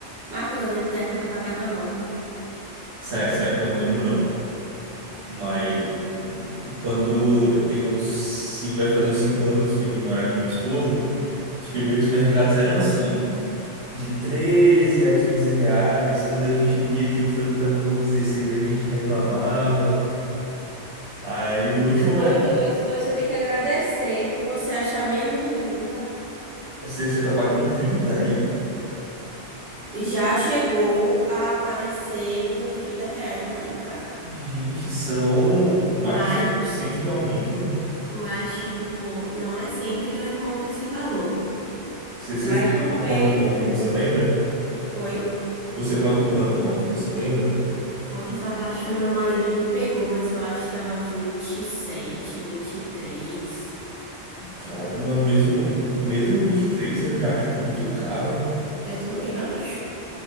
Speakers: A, on the right; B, on the right.
A: Marcos, eu lembro da época que eu pagava nove.
B: Essa, essa época eu não lembro, não. Mas
A: Eu...
B: hum, quando tem uns. Sim, vai fazer uns cinco anos que eu vim morar com minha esposa. Os primeiros mercados eram assim, de 13 a 15 reais. Quando a gente via que o frango tava por 16 a gente reclamava. Aí no último mercado,
A: Hoje, hoje, hoje você tem que agradecer por você achar menos de 30.
B: você, você tá pagando 30 aí?
A: Já chegou a aparecer por 30 reais no mercado.
B: Gente, são mais
A: Mas,
B: de 100% de aumento.
A: mas, tipo, não é sempre que eu encontro esse valor.
B: Você, você,
A: Mas
B: você pagou
A: também.
B: quanto ontem, você lembra?
A: Oi?
B: Você pagou quanto ontem, você lembra?
A: Poxa, essa parte foi meu marido que pegou, mas eu acho que tava 27, 23.
B: Caramba, mesmo, mesmo 23 eu já acho muito caro.
A: Eu também <laughs> acho.